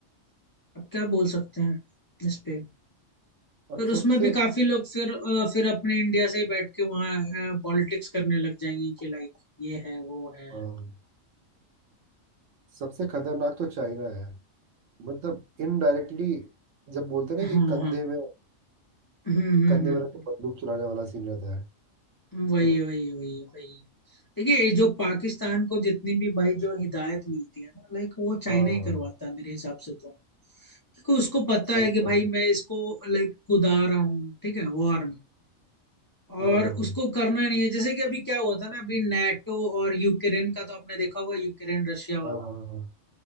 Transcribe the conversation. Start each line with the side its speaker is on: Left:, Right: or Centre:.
Left: अब क्या बोल सकते हैं इस पे
Right: और
Left: पर
Right: सबसे
Left: उसमें भी काफी लोग फिर अ, फिर अपने इंडिया से ही बैठ के वहाँ पॉलिटिक्स करने लग जाएंगे कि लाइक ये है वो है
Right: हाँ सबसे खतरनाक तो चाइना है मतलब इनडायरेक्टली जब बोलते हैं
Left: हाँ
Right: ना कि कंधे
Left: हाँ
Right: में
Left: हम्म हम्म
Right: कंधे
Left: हम्म,
Right: में रख के बंदूक चलाने वाला सीन रहता है
Left: हम्म। वही
Right: तो
Left: है वही है वही है वही है। देखिए ये जो पाकिस्तान को जितनी भी भाई जो हिदायत मिलती है ना लाइक वो चाइना
Right: हाँ
Left: ही करवाता है मेरे हिसाब से तो क्योंकि उसको पता
Right: सही
Left: है
Right: बात
Left: कि भाई
Right: है
Left: मैं इसको लाइक कुदा रहा हूँ ठीक है वॉर में
Right: हाँ
Left: और
Right: हाँ
Left: उसको करना नहीं है जैसे कि अभी क्या हुआ था ना अभी नाटो और यूक्रेन का तो आपने देखा होगा यूक्रेन रशिया
Right: हाँ
Left: वाला
Right: हाँ हाँ हाँ